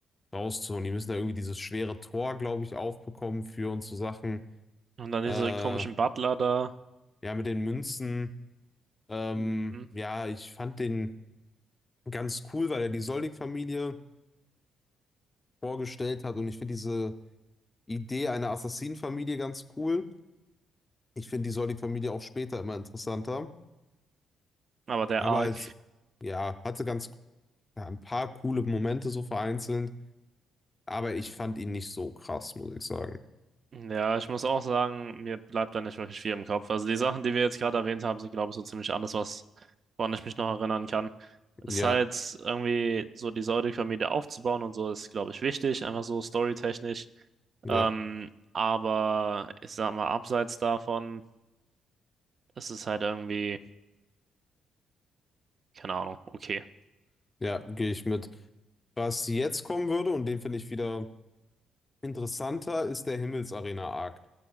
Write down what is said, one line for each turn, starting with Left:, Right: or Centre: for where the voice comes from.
Left: rauszuholen. Die müssen da irgendwie dieses schwere Tor, glaube ich, aufbekommen für und so Sachen.
Right: Und dann diese
Left: Äh, ja,
Right: komischen Butler da.
Left: mit den Münzen. Ähm,
Right: Mhm.
Left: ja, ich fand den ganz cool, weil er die Soldig-Familie vorgestellt hat. Und ich finde diese Idee einer Assassinenfamilie ganz cool. Ich finde die Soldig-Familie auch später immer interessanter.
Right: Aber der
Left: Aber
Right: Arc,
Left: als, ja, hatte ganz ja, ein paar coole Momente so vereinzelt. Aber ich fand ihn nicht so krass, muss ich sagen.
Right: ja, ich muss auch sagen, mir bleibt da nicht wirklich viel im Kopf. Also die Sachen, die wir jetzt gerade erwähnt haben, sind, glaube ich, so ziemlich alles, was, woran ich mich noch erinnern kann. Es
Left: Ja,
Right: ist halt irgendwie so die Säudig-Familie aufzubauen und so ist, glaube ich, wichtig, einfach so storytechnisch.
Left: Ja,
Right: Ähm, aber ich sag mal, abseits davon. Das ist halt irgendwie, keine Ahnung, okay.
Left: ja, gehe ich mit. Was jetzt kommen würde, und den finde ich wieder interessanter, ist der Himmelsarena-Arc.